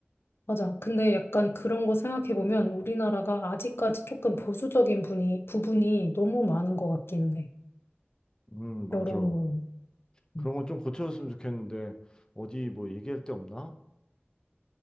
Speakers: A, on the left; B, on the left.
A: 맞아. 근데 약간 그런 거 생각해보면 우리나라가 아직까지 조금 보수적인 분이, 부분이 너무 많은 것 같기는 해.
B: 음, 맞아.
A: 여러모로.
B: 그런
A: 음.
B: 건 좀 고쳐줬으면 좋겠는데 어디 뭐 얘기할 데 없나?